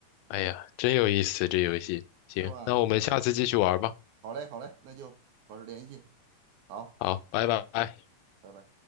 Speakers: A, on the left; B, on the right.
A: 哎呀，真有意思这游戏。行，
B: 是吧？
A: 那我们下次继续玩吧。
B: 好嘞，好嘞，那就保持联系，好，
A: 好，拜拜。
B: 拜拜。